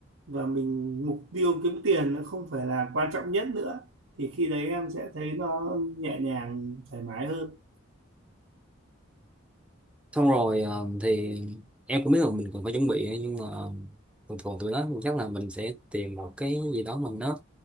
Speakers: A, on the right (about 85°); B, in the centre.
A: và mình mục tiêu kiếm tiền nó không phải là quan trọng nhất nữa thì khi đấy em sẽ thấy nó nhẹ nhàng thoải mái hơn
B: xong rồi ờ, thì em cũng biết là mình cần phải chuẩn bị ấy, nhưng mà thường thường tụi nó chắc là mình sẽ tìm một cái gì đó mà nó